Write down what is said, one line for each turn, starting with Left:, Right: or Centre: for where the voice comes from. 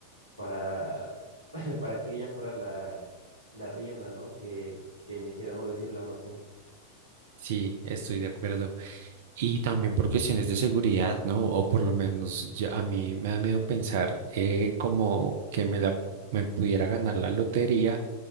Left: para, <laughs> para que ella fuera la, la rienda, ¿no? Que, que me hiciera no decirle a más gente.
Right: Sí, estoy de acuerdo. Y también por cuestiones de seguridad, ¿no? O por lo menos ya a mí me da miedo pensar eh, como que me la me pudiera ganar la lotería